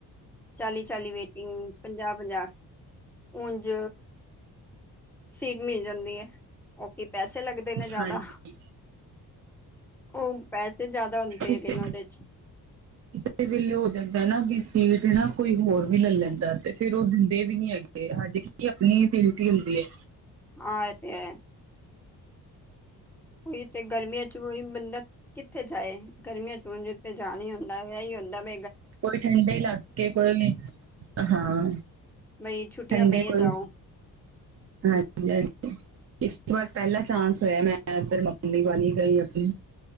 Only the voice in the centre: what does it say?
ਚਾਲੀ ਚਾਲੀ ਵੇਟਿੰਗ ਪੰਜਾਹ ਪੰਜਾਹ, ਉਂਝ। ਸੀਟ ਮਿਲ ਜਾਂਦੀ ਹੈ, ਓਹ ਕੀ ਪੈਸੇ ਲੱਗਦੇ ਨੇ ਜ਼ਿਆਦਾ।
ਉਹ ਪੈਸੇ ਜ਼ਿਆਦਾ ਹੁੰਦੇ
ਹੈਗੇ
ਨੇ ਉਹਦੇ 'ਚ।
ਹਾਂ ਇਹਏ ਤੇ ਉਹੀ ਤੇ ਗਰਮੀਆਂ ਚ ਉਹੀ ਬੰਦਾ ਕਿੱਥੇ ਜਾਏ ਗਰਮੀਆਂ ਚ ਤੇ ਜਾਣ ਹੀ ਹੁੰਦਾ ਇਹੀ ਹੁੰਦਾ ਮ
ਬਈ ਛੁੱਟੀਆਂ
ਪਈਆਂ
ਜਾਓ